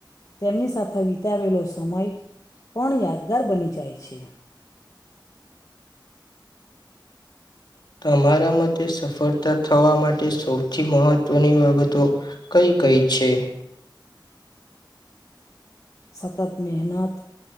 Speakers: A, on the left; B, on the left.
A: તેમની સાથે વિતાવેલો સમય પણ યાદગાર બની જાય છે.
B: તમારા મતે સફળતા થવા માટે સૌથી મહત્વની બાબતો, કઈ કઈ છે.
A: સતત મહેનત